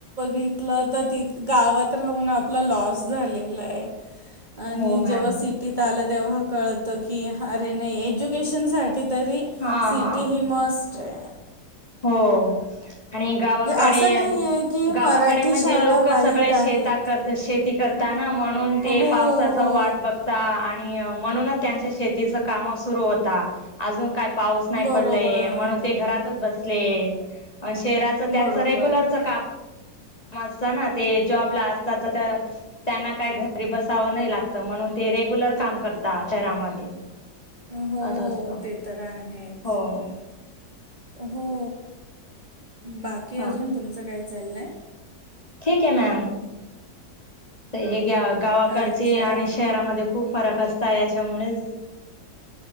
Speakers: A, on the right; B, on the left.
A: तिथलं तर तिथ गावात राहून आपलं लॉस झालेलं आहे आणि
B: हो मॅम
A: जेव्हा सिटीत आलं तेव्हा कळतं की अरे नाही एज्युकेशनसाठी तरी
B: हां
A: सिटी
B: हां
A: ही मस् ते
B: हो आणि गावाकडे
A: असं नाही आहे की मराठी
B: गावाकडे म्हणजे
A: शाळा
B: लोक
A: वाईट
B: सगळे
A: आहेत.
B: शेता करत शेती करता म्हणून ते
A: हो
B: पावसाचा
A: हो
B: वाट बघता आणि म्हणूनच त्यांच्या शेतीच काम सुरू होता अजून काय पाऊस नाही
A: बरोबर
B: पडलाय म्हणून ते घरातच बसले शेराचं त्यांचं
A: बरोबर
B: रेग्युलरच काम काम असतना ते जना री बसावं नाही लागत म्हणून ते रेग्युलर काम करत शहरामध्ये
A: हो
B: असं असतं
A: ते तर आहेच
B: हो
A: हो बाकी
B: हा
A: अजून तुमचं काय चाललंय
B: ठीक आहे मॅम हे गावाकडचे
A: अच्छा
B: आणि शहरामध्ये खूप फरक असत सायाच्यामुळेच